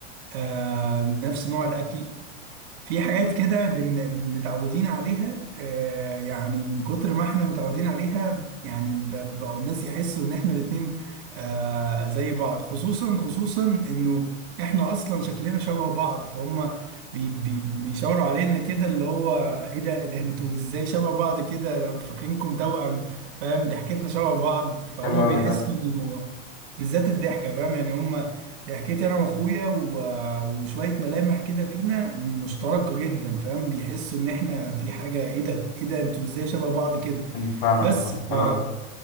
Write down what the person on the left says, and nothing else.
حلو قوي
ده
أمم، فاهمك
الموضوع
حلو قوي